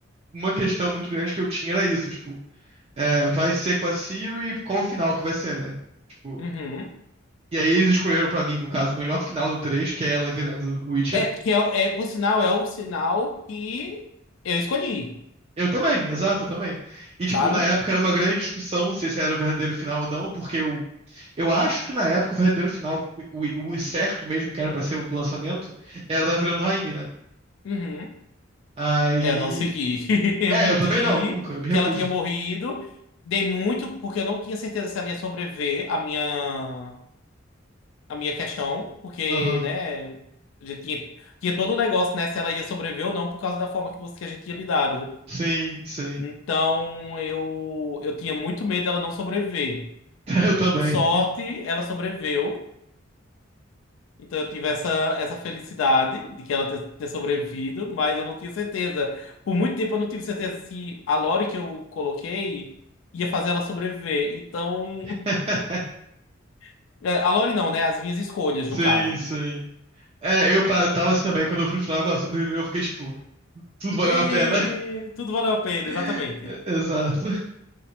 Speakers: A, on the right; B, on the left.
A: uma questão muito grande que eu tinha era isso, tipo. é, vai ser com a Siri, qual o final que vai ser, né? Tipo,
B: Uhum.
A: e aí eles escolheram pra mim, no caso, o melhor final do 3 que é ela virando Witcher.
B: É, que é, o- é, por sinal, é o sinal que eu escolhi,
A: Eu também, exato, eu também. E, tipo,
B: sabe?
A: na época era uma grande discussão se esse era o verdadeiro final ou não, porque eu, eu acho que na época o verdadeiro final, o, o certo mesmo, que era pra ser o do lançamento, era ela virando rainha, né?
B: Uhum.
A: Aí.
B: É, eu não segui. <laughs> Eu
A: É,
B: menti
A: eu também não, nunca, eu me recuso.
B: que ela tinha morrido. Dei muito, porque eu não tinha certeza se ela ia sobreviver a minha, a minha questão, porque,
A: Aham.
B: né, a gente tinha, tinha todo um negócio, né, se ela ia sobreviver ou não, por causa da forma que, você, que a gente tinha lidado.
A: Sim, sim.
B: Então, eu, eu tinha muito medo dela não sobreviver.
A: <laughs> Eu também.
B: Por sorte, ela sobreviveu. Então eu tive essa, essa felicidade de que ela ter, ter sobrevivido, mas eu não tinha certeza. Por muito tempo eu não tive certeza se a Lore que eu coloquei ia fazer ela sobreviver. Então.
A: <laughs>
B: <laughs> é, a Lore não, né? As minhas escolhas,
A: Sim,
B: no caso.
A: sim. É, eu pa- tava assim também, quando eu vi no final que ela sobreviveu, eu fiquei tipo, tudo valeu
B: É,
A: a pena.
B: tudo valeu a pena,
A: <laughs>
B: exatamente.
A: Exato.